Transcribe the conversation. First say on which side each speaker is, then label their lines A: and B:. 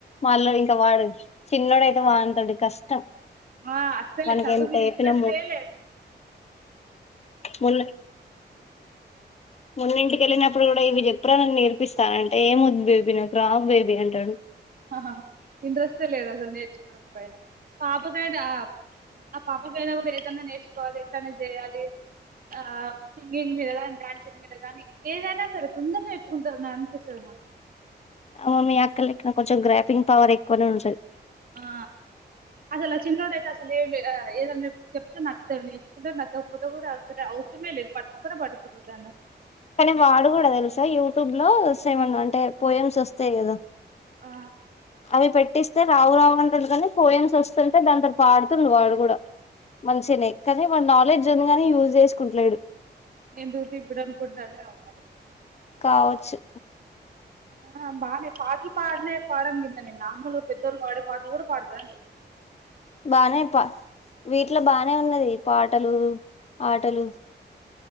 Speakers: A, on the left; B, on the right.
A: వాళ్ళు
B: ఆ
A: దింకా వాడరు చిన్నోడయితే వానితోటి కష్టం
B: ఆ అస్సలు
A: వానికి
B: చదువు
A: ఎంత
B: మీద
A: చెప్పినా
B: ఇంట్రెస్టే లే
A: పోన్లే మొన్నె ఇంటికెళ్ళినప్పుడు కూడా ఇవే చెప్పింది ఎప్పుడన్న నేర్పిస్తారంటే ఏం వద్దు నాకు రావు బేబీ అనీ అంటాడు
B: ఆహా ఇంట్రెస్టే లేదు అసలు నేర్చుకోవడం పైన పాపకైతె ఆ పాపకైనా కూడా ఏదైనా నేర్చుకోవాలి ఎట్లనా చేయాలి ఆ సింగింగ్ మీద గాని డాన్సింగ్ మీద గానీ ఏదైనా సరే తొందర నేర్చుకుంటారు నా అనిపిస్తుంది నాకు
A: అ మీ అక్క లెక్కన కొంచెం గ్రాఫింగ్ పవర్ ఎక్కువనే ఉంటది
B: ఆ అసలు ఆ చిన్నోడు అయితే అసలు ఏ ఏదన్నా చెప్తే నచ్చడు నేర్చుకుంటారు నచ్చకపోతే కూడా అసర అవసరమే లేదు పట్టు కూడ పట్టించుకోడు అని అసలు
A: కానీ వాడు కూడా తెలుసా యూట్యూబ్ లో సెవెన్ ఉంటాయి పోయమ్స్ వస్తాయి కదా
B: ఆ
A: అవి పెట్టిస్తే రావు రావు అంటుది కానీ పోయమ్స్ వస్తుంటే దాని తొ పాడుతుంది వాడు కూడా మంచిగానే కానీ వాడు నాలెడ్జ్ ఉంది కాగాని యూజ్ చేసుకుంటలేడు
B: ఎందుర్ది ఇప్పుడు అనుకుంటన్ననే అ మరి
A: కావొచ్చు
B: ఆ బానె ఫాల్ ఈ పాటనే పాడంగిని నిన్న అంగులో పెద్దోళ్ళు పాడే పాటలు కూడా పాడతా
A: బానే ప వీట్లో బానే ఉన్నది పాటలూ ఆటలు